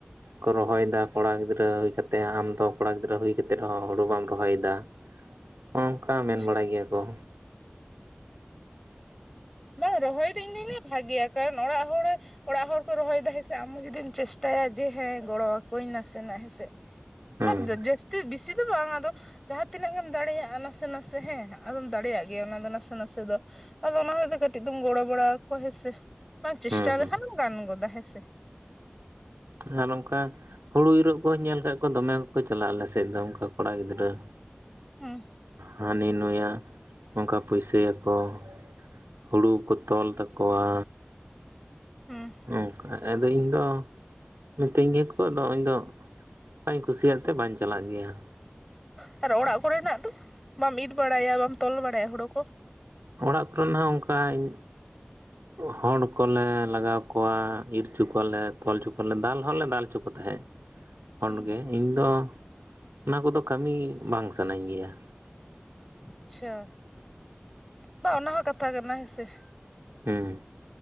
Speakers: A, on the right (about 80°); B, in the centre.
A: ᱠᱚ ᱨᱚᱦᱚᱭ ᱫᱟ ᱠᱚᱲᱟ ᱜᱤᱫᱽᱨᱟᱹ ᱦᱩᱭ ᱠᱟᱛᱮ ᱟᱢ ᱫᱚ ᱠᱚᱲᱟ ᱜᱤᱫᱽᱨᱟᱹ ᱦᱩᱭ ᱠᱟᱛᱮᱫ ᱨᱮᱦᱚᱸ ᱦᱳᱲᱳ ᱵᱟᱢ ᱨᱚᱦᱚᱭᱮᱫᱟ ᱾ ᱚᱝᱠᱟ
B: ᱟᱪᱪᱷᱟ
A: ᱢᱮᱱ ᱵᱟᱲᱟᱭ ᱜᱮᱭᱟ ᱠᱚ ᱾
B: ᱵᱟᱝ ᱨᱚᱦᱚᱭ ᱫᱚ ᱤᱧ ᱫᱚᱧ ᱞᱟᱹᱭᱟ ᱵᱷᱟᱜᱮᱹᱭᱟ ᱠᱟᱨᱚᱱ ᱚᱲᱟᱜ ᱦᱚᱲ ᱚᱲᱟᱜ ᱦᱚᱲ ᱠᱚ ᱨᱚᱦᱚᱭᱮᱫᱟ ᱦᱮᱸ ᱥᱮ ᱟᱢ ᱦᱚᱸ ᱡᱩᱫᱤᱢ ᱪᱮᱥᱴᱟᱭᱟ ᱡᱮ ᱦᱮᱸ ᱜᱚᱲᱚᱣᱟ ᱠᱚᱣᱟᱹᱧ ᱱᱟᱥᱮᱱᱟᱜ ᱦᱮᱸ ᱥᱮ ᱾
A: ᱦᱮᱸ
B: ᱵᱟᱝ ᱡᱟᱹᱥᱛᱤ ᱵᱤᱥᱤ ᱫᱚ ᱵᱟᱝ ᱟᱫᱚ ᱾ ᱡᱟᱦᱟᱸ ᱛᱤᱱᱟᱹᱜ ᱜᱮᱢ ᱫᱟᱲᱮᱭᱟᱜᱼᱟ ᱱᱟᱥᱮᱹᱱᱟᱥᱮᱹ ᱦᱮᱸ ᱟᱫᱚᱢ ᱫᱟᱲᱮᱭᱟᱜ ᱜᱮᱭᱟ ᱚᱱᱟ ᱫᱚ ᱱᱟᱥᱮᱹ ᱱᱟᱥᱮᱹᱫᱚ ᱟᱫᱚ ᱚᱱᱟ ᱦᱚᱛᱮ ᱠᱟᱹᱴᱤᱡ ᱫᱚᱢ ᱜᱚᱲᱚ ᱵᱟᱲᱟ ᱠᱚᱣᱟ ᱦᱮᱸ ᱥᱮ ᱵᱟᱝ ᱪᱮᱥᱴᱟ
A: ᱦᱮᱸ
B: ᱞᱮᱠᱷᱟᱱᱮᱢ
A: ᱦᱮᱸ
B: ᱜᱟᱱ ᱜᱚᱫᱟ ᱦᱮᱸ ᱥᱮ ᱾
A: ᱟᱨ ᱱᱚᱝᱠᱟ ᱦᱳᱲᱳ ᱤᱨᱚᱜ ᱠᱚᱦᱚᱸ ᱧᱮᱞ ᱟᱠᱟᱫ ᱠᱚᱣᱟ ᱫᱚᱢᱮ ᱠᱚᱠᱚ ᱪᱟᱞᱟᱜᱼᱟ ᱟᱞᱮᱥᱮᱫ ᱫᱚ ᱚᱱᱠᱟ ᱠᱚᱲᱟ ᱜᱤᱫᱽᱨᱟᱹ ᱾
B: ᱦᱩᱸ᱾
A: ᱦᱟᱹᱱᱤ ᱱᱩᱭᱟᱜ ᱚᱱᱠᱟ ᱯᱩᱭᱥᱟᱹᱭᱟᱠᱚ ᱾ ᱦᱩᱲᱩ ᱠᱚ ᱛᱚᱞ ᱛᱟᱠᱚᱣᱟ
B: ᱦᱮᱸ ᱾
A: ᱱᱚᱝᱠᱟ ᱟᱫᱚ ᱤᱧ ᱫᱚ ᱢᱤᱛᱟᱹᱧ ᱜᱮᱭᱟᱠᱚ ᱟᱫᱚ ᱤᱧ ᱫᱚ ᱵᱟᱹᱧ ᱠᱩᱥᱤᱭᱟᱫ, ᱛᱮ ᱵᱟᱧ ᱪᱟᱞᱟᱜ ᱜᱮᱭᱟ ᱾
B: ᱥᱟᱦ ᱟᱨ ᱚᱲᱟᱜ ᱠᱚᱨᱮᱱᱟᱜ ᱫᱚ ᱵᱟᱢ ᱤᱨ ᱵᱟᱲᱟᱭᱟ ᱵᱟᱢ ᱛᱚᱞ ᱵᱟᱲᱟᱭᱟ ᱦᱳᱲᱳ ᱠᱚ?
A: ᱚᱲᱟᱜ ᱠᱚᱨᱮᱱᱟᱜ ᱦᱚᱸ ᱚᱱᱠᱟᱧ ᱦᱚᱲ ᱠᱚᱞᱮ ᱞᱟᱜᱟᱣ ᱠᱚᱣᱟ ᱤᱨ ᱚᱪᱚ ᱠᱚᱣᱟᱞᱮ ᱛᱚᱞ ᱚᱪᱚ ᱠᱚᱣᱟᱞᱮ ᱫᱟᱞ ᱦᱚᱸᱞᱮ ᱫᱟᱞ ᱚᱪᱚ ᱠᱚ ᱛᱟᱦᱮᱸ ᱾ ᱠᱷᱚᱱ
B: ᱦᱩᱸ
A: ᱜᱮ ᱤᱧ ᱫᱚ ᱚᱱᱟ ᱠᱚᱫᱚ ᱠᱟᱹᱢᱤ ᱵᱟᱝ ᱥᱟᱱᱟᱧ ᱜᱮᱭᱟ ᱾
B: ᱟᱪ-ᱪᱷᱟ, ᱵᱟᱝ ᱚᱱᱟ ᱦᱚᱸ ᱠᱟᱛᱷᱟ ᱠᱟᱱᱟ ᱦᱮᱸᱥᱮ ᱾
A: ᱦᱮᱸ ᱾